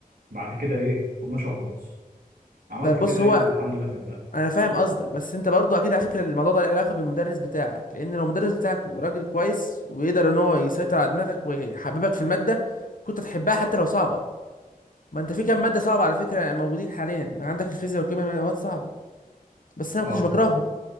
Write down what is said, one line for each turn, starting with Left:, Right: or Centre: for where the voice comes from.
Right: بعد كده ايه طنشها خالص عملت
Left: طب بص
Right: كده ايه
Left: هو
Right: والحمد لله فهمتها
Left: انا فاهم قصدك بس انت برضو اكيد على فكره الموضوع ده له علاقه بالمدرس بتاعك لان لو المدرس بتاعك راجل كويس ويقدر ان هو يسيطر على دماغك ويحببك في الماده كنت هتحبها حتى لو صعبه ما انت في كام ماده صعبه على فكره موجودين حاليا عندك الفيزياء والكيمياء مواد صعبه بس انا
Right: اه
Left: ما كنتش بكرهها